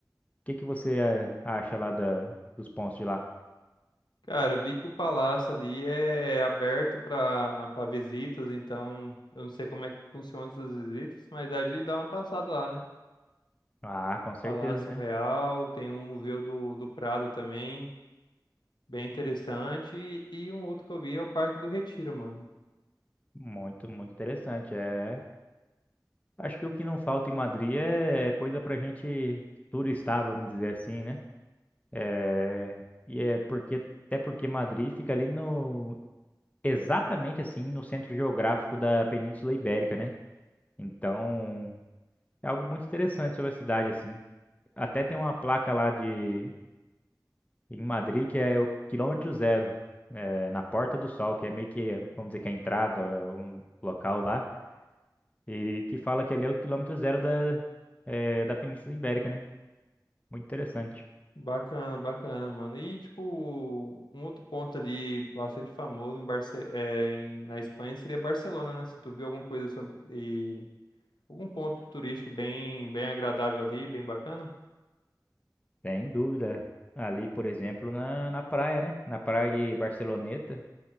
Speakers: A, on the left; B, on the left.
A: O que que você eh, acha lá da, dos pontos de lá?
B: Cara, eu vi que o palácio ali é aberto pra, para visitas, então eu não sei como é que funcionam essas visitas, mas a gente dá uma passada lá, né?
A: Ah, com certeza,
B: Palácio
A: né?
B: Real, tem um museu do, do Prado também, bem interessante, e um outro que eu vi é o Parque do Retiro, mano.
A: Muito, muito interessante. É, acho que o que não falta em Madrid é é coisa pra gente turistar, vamos dizer assim, né? É, e é porque até porque Madrid fica ali no exatamente assim no centro geográfico da Península Ibérica, né? Então, é algo muito interessante sobre a cidade assim. Até tem uma placa lá de em Madrid que é o quilômetro zero, é, na Porta do Sol, que é meio que, vamos dizer que é a entrada, é um local lá E que fala que ali é o quilômetro zero da, eh, da Península Ibérica, né? Muito interessante.
B: Bacana, bacana, mano. E, tipo, um outro ponto ali bastante famoso em Barce é, em- na Espanha seria Barcelona, né? Se tu viu alguma coisa sobre. E, algum ponto turístico bem, bem agradável ali, bem bacana.
A: Sem dúvida. Ali, por exemplo, na, na praia, né? Na praia de Barceloneta,